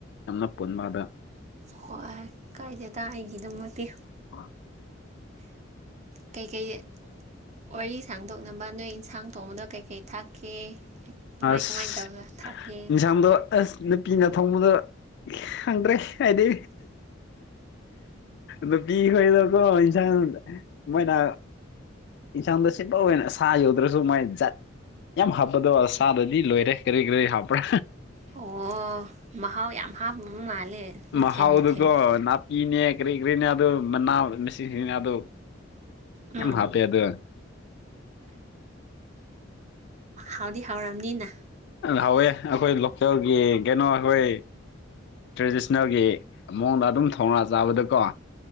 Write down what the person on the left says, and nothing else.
ꯌꯥꯝꯅ ꯄꯨꯟꯕꯗ
ꯑ
ꯑꯁ
ꯌꯦꯟꯁꯥꯥꯡꯗꯣ ꯑꯁ ꯅꯨꯄꯤꯅ ꯊꯣꯡꯕꯗ ꯈꯪꯗ꯭ꯔꯦ ꯍꯥꯏꯗꯦ ꯅꯨꯄꯤꯈꯣꯏꯗꯀꯣ ꯏꯟꯁꯥꯡ ꯃꯣꯏꯅꯥ ꯏꯟꯁꯥꯡꯗ ꯁꯤꯠꯄ ꯑꯣꯏꯅ ꯁꯥ ꯌꯧꯗ꯭ꯔꯁꯨ ꯃꯥꯏ ꯖꯥꯠ ꯌꯥꯝ ꯍꯥꯞꯄꯗꯣ ꯑꯁ ꯆꯥꯗꯗꯤ ꯂꯣꯏꯔꯦ ꯀꯔꯤ ꯀꯔꯤ ꯍꯥꯞꯄ꯭ꯔꯥ
ꯃꯍꯥꯎꯗꯨꯀꯣ
ꯅꯥꯄꯤꯅꯦ ꯀꯔꯤ ꯀꯔꯤꯅꯦ ꯑꯗꯨ ꯃꯅꯥ ꯃꯁꯤꯡꯁꯤꯅꯦ ꯑꯗꯨ
ꯌꯥꯝ ꯍꯥꯞꯄꯦ ꯑꯗꯨ
ꯍꯥꯎꯋꯦ ꯑꯩꯈꯣꯏ ꯂꯣꯀꯦꯜꯒꯤ ꯀꯩꯅꯣ ꯑꯩꯈꯣꯏ ꯇ꯭ꯔꯦꯗꯤꯁꯅꯦꯜꯒꯤ ꯃꯑꯣꯡꯗ ꯑꯗꯨꯝ ꯊꯣꯡꯉ ꯆꯥꯕꯗꯀꯣ